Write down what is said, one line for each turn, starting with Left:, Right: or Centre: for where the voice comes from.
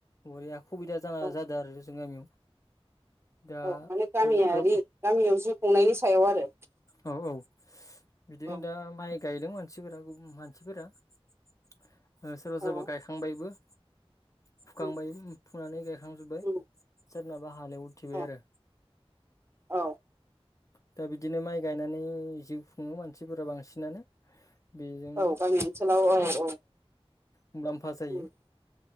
Left: बरिया खुबिदा जाना
Right: औ
Left: जादों आरो जों गामियाव दा
Right: औ माने गामियारि
Left: गो
Right: गामियाव जिउ खुंनायनि सायाव आरो।
Left: औ औ बिदिनो
Right: औ
Left: दा माइ। गायदों मानसिफोरा गुबुन मानसिफोरा सोरबा सोरबा
Right: औ
Left: गायखांबायबो। फुखांबाय
Right: उम
Left: फुनानै गायखांजोब्बाय
Right: उम
Left: सोरनाबा। हालव उथिबाय
Right: औ
Left: आरो।
Right: औ
Left: दा बिदिनो माइ गायनानै जिउ खुङो मानसिफोरा बांसिनानो बेजों
Right: औ गामि ओनसोलाव औ औ
Left: मुलाम्फा जायो।
Right: उम